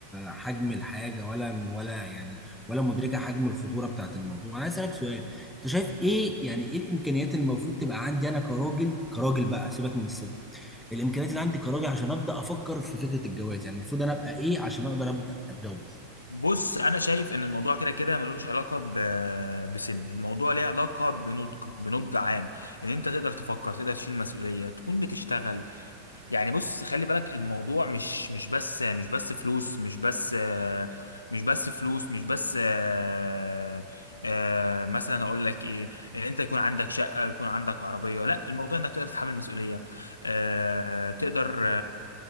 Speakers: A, in the centre; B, on the left (about 80°).
A: حجم الحاجة ولا ولا يعني ولا مدركة حجم الخطورة بتاعت الموضوع انا عايز اسألك سؤال انت شايف ايه يعني ايه الامكانيات اللي المفروض تبقى عندي انا كراجل كراجل بقى سيبك من الست الامكانيات اللي عندي كراجل عشان ابدا افكر في فكره الجواز يعني المفروض انا ابقى ايه عشان اقدر ابدا اتجوز
B: بص انا شايف ان الموضوع كده كده ملوش علاقه ب... بسن الموضوع ليه علاقه بنضج بنضج عام ان انت تقدر تفكر تقدر تشيل مسؤوليه تكون بتشتغل يعني بص خلي بالك الموضوع مش مش بس مش بس فلوس مش بس مش بس فلوس مش بس آه، آه، مثلا هقول لك ايه ان انت يكون عندك شقه ويكون عندك عربيه لا الموضوع انك تقدر تتحمل مسؤوليه آه، تقدر